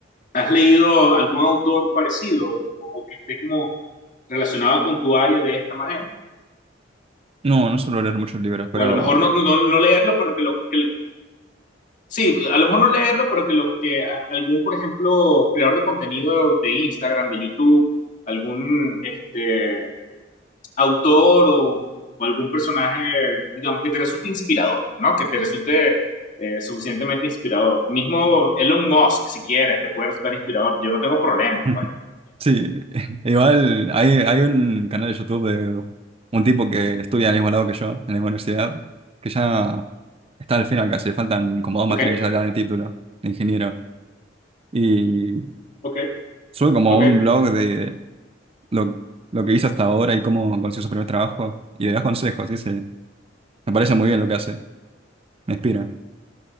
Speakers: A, on the left; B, on the right.
A: ¿Has leído algún autor parecido o o que esté como relacionado con tu área de esta manera?
B: No, no suelo leer muchos libros, pero
A: O a lo mejor no, no, no leerlo, pero que lo, que lo, Sí, a lo mejor no leerlo, pero que lo que algún, por ejemplo, creador de contenido de Instagram, de YouTube, algún este, autor o, o algún personaje, digamos, que te resulte inspirador, ¿no? Que te resulte eh, suficientemente inspirador. Mismo Elon Musk, si quieres, te puede resultar inspirador. Yo no tengo problema,
B: <laughs>
A: pues.
B: sí. <laughs> Igual hay, hay un canal de YouTube de un tipo que estudia al mismo lado que yo, en la misma universidad, que ya está al final casi, le faltan como dos
A: Ok,
B: materias y ya le dan el título de ingeniero. Y
A: ok,
B: sube como
A: ok.
B: un blog de lo, lo que hizo hasta ahora y cómo consiguió su primer trabajo y le das consejos, dice, me parece muy bien lo que hace, me inspira.